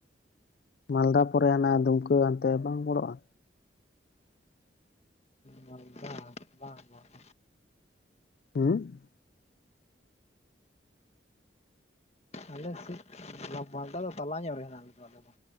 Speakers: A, on the left (about 55°); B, on the left (about 35°).
A: ᱢᱟᱞᱫᱟ ᱯᱚᱨᱮ ᱦᱟᱱᱟ ᱫᱩᱢᱠᱟᱹ ᱦᱟᱱᱛᱮ ᱵᱟᱝ ᱵᱚᱲᱚᱜᱼᱟ
B: ᱢᱟᱞᱫᱟ ᱵᱟᱝ ᱵᱟᱝ
A: ᱦᱩᱸ
B: ᱟᱞᱮ ᱥᱮᱫ ᱢᱟᱞᱫᱟ ᱫᱚ ᱛᱟᱞᱟ ᱧᱚᱜ ᱨᱮ ᱦᱮᱱᱟᱜ ᱟᱞᱮ ᱫᱚ